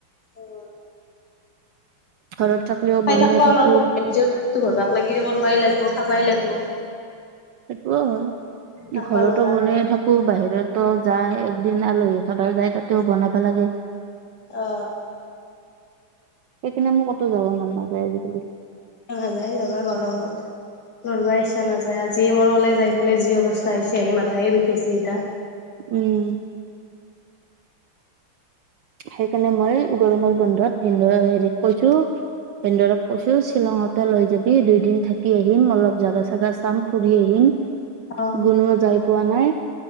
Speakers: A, on the left; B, on the right.
A: উম
B: ঘৰত থাকিলেও
A: খাই
B: বনাই
A: থাক
B: থাকো
A: লৰা নিজৰতটো ঘৰবাক লাগি কৰিবই লাগব। তো খাবাই লাগব
B: সেইটোও হয়
A: থাকবা
B: ঘৰতো
A: নৰা
B: বনে থাকো বাহিৰতো যায়। দিনা আলহী খাবাৰ যায় তাতেও বনাব লাগে।
A: অহ
B: সেইকাৰনে মোৰ কতো যাব মন নাযায় আজিকালি।
A: নাযায় যাবা গৰমত। নব ইচ্ছা নাযায় আজিয়ে মোৰ কলেজ যাইফালে যি অৱস্থা আহিছে আহি মাথায়ে বিষেছে ইতিয়া
B: উম সেইকাৰণে মই গৰমৰ বন্ধত ভিনদেউ হেৰিক কৈছো ভিনদেউক কৈছোঁ শ্বিলঙতে লৈ যাবি দুইদিন থাকি আহিম অলপ জাগা চাগা চাম ফুৰি আহিম
A: অ
B: গুণোও যাই পোৱা নাই